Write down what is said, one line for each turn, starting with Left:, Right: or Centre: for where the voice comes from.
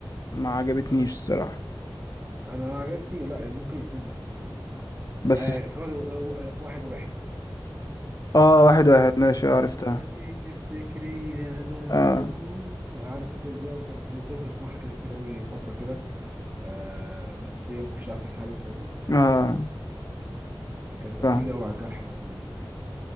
Left: ما عجبتنيش
Right: آه،
Left: الصراحه
Right: انا عجبني لا ممكن اتنين بس منهم الصراحه
Left: بس
Right: آه افتكرت آه، آه، واحد واحد
Left: اه واحد
Right: ما
Left: واحد ماشي آه، عرفتها
Right: دلوقتي تفتكريني انا
Left: اه
Right: بفوق عارف انت دي أفضل- دي فضلت اسمعها كده كتير قوي فتره كده آه نفسيه ما كنتش احسن حاجه فاهمني
Left: اه
Right: كانت
Left: فاهم
Right: بتيجي قوي على الجرح الاغنيه دي